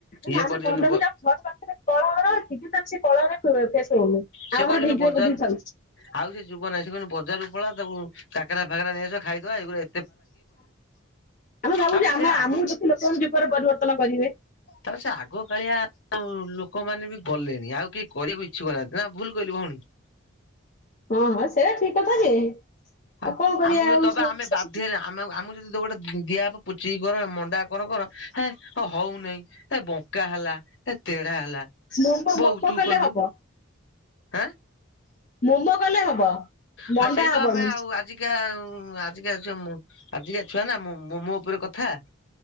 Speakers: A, on the left; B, on the left.
A: ନା
B: ଇଏ
A: ଆମେ
B: କରିଦିଅନ
A: ମଣ୍ଡପକୁ ଯାଉଛୁ ଘର ପାଖେରେ କଳ ଘର ଅଛି, କିନ୍ତୁ ତାକୁ ସେ କଳରେ ପେଶଉନୁ।
B: ସେ
A: ଆମର
B: କହୁଛନ୍ତି
A: ଢ଼ିଙ୍କିରେ
B: ବଜାର
A: କୁଟିକି ଖାଉଚୁ।
B: ଆଉ ସେ ଯୁଗ ନାହିଁ ସେ କହୁଛନ୍ତି ବଜାରକୁ ପଳା, ତାକୁ କାକରା ଫାକାରା ନେଇଆସ ଖାଇଦବା ଏଇଗୁରା
A: ଆମେ ଭାବୁଛୁ
B: ତାପରେ
A: ଆମ
B: ସେ ଆଗ
A: ଆମକୁ ଦେଖି, ଲୋକମାନେ ଯୁଗରେ ପରିବର୍ତ୍ତନ କରିବେ।
B: ତାହେଲେ ସେ ଆଗ କାଳିଆ ଲୋକମାନେ ବି ଗଲେଣି, ଆଉ କିଏ କରିବାକୁ ଇଚ୍ଛୁକ ନାହା ନା ଭୁଲ୍ କହିଲି ଭଉଣୀ।
A: ହଁ- ହଁ ସେଇଟା ଠିକ କଥା ଯେ
B: ଆମ
A: ଆଉ କଣ କରିବା
B: ଆମକୁ ଯଦି
A: ଆଉ
B: ଦବା
A: ସବୁ
B: ଆମେ ବାଧ୍ୟରେ, ଆମ ଆମକୁ ଯଦି ଗୋଟେ ଦିଆ ହବ ପୁଚି କର, ମଣ୍ଡା କର କର ହେଁ ହଉନେଇ, ଏ ବଙ୍କା ହେଲା, ଏ ତେଢା ହେଲା
A: ମୋମୋ
B: ବୋଉ
A: ମୋମୋ
B: ତୁ
A: କଲେ
B: କଲୁ
A: ହବ
B: ଆଁ
A: ମୋମୋ କଲେ ହବ। ମଣ୍ଡା
B: ହଁ ସେଇ ତ
A: ହବନି
B: ଆମେ ଆଉ ଆଜିକିଣା ଆଜିକା ଛୁଆଁ ଆଜିକା ଛୁଆ ନା ମୋ -ମୋମୋ ଉପରେ କଥା।